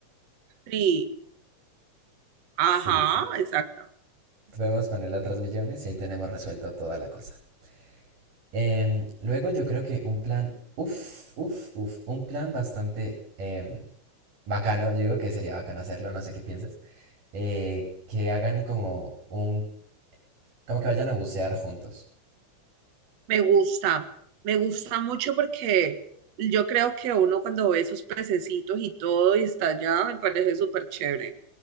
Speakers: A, on the right; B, on the right.
A: Sí, ajá,
B: Sí, sí.
A: exacto.
B: Podemos ponerle a tres millones y ahí tenemos resuelto toda la cosa. Em, luego yo creo que un plan, uff, uff, uff, un plan bastante em, bacano, yo digo que sería bacano hacerlo, no sé qué pienses, eh, que hagan como un como que vayan a bucear juntos.
A: Me gusta, me gusta mucho porque yo creo que uno cuando ve esos pececitos y todo y está allá, me parece súper chévere.